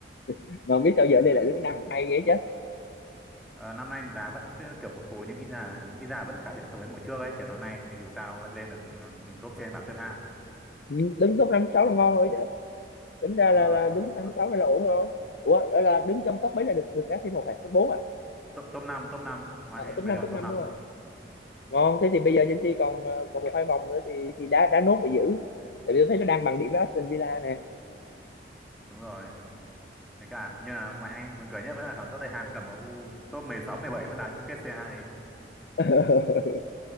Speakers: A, on the left; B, in the centre.
A: mà không biết
B: ừ.
A: sao giờ đây lại đứng năm hay vậy chứ
B: Ờ, năm nay đá vẫn cứ kiểu phập phù nhưng ít ra ít ra vẫn cải thiện so với mùa trước ấy kiểu năm nay dù sao vẫn lên được ừ, top trên bảng xếp hạng
A: Ừ, đứng top năm sáu là ngon rồi chứ tính ra
B: đúng
A: là
B: rồi
A: là đứng thứ năm
B: Nó-
A: sáu hay là ổn rồi ủa là đứng trong top mấy là được được đá c một hả top 4 à?
B: top top năm top năm ngoại
A: à
B: anh
A: top
B: bây
A: năm
B: giờ
A: top
B: top
A: 5
B: năm
A: đúng rồi
B: rồi
A: ngon thế thì bây giờ Chelsea còn ờ, còn một hai vòng nữa thì thì đá đá nốt để giữ tại vì tôi thấy nó đang bằng điểm với Aston Villa nè
B: đúng rồi thế cả nhưng mà ngoại anh buồn cười nhất vẫn là thằng Tottenham với cả MU top 16 17 vẫn đá chung kết c hai.
A: <laughs>